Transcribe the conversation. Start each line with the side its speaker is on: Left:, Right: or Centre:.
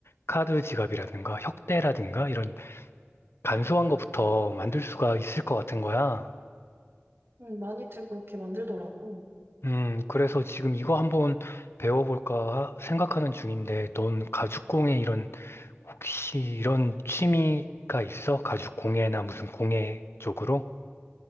Left: 카드 지갑이라든가 혁대라든가 이런 간소한 것부터 만들 수가 있을 것 같은 거야.
Right: 응, 많이들 그렇게 만들더라고.
Left: 음 그래서 지금 이거 한번 배워볼까 생각하는 중인데 넌 가죽공예 이런 혹시 이런 취미가 있어? 가죽 공예나 무슨 공예 쪽으로?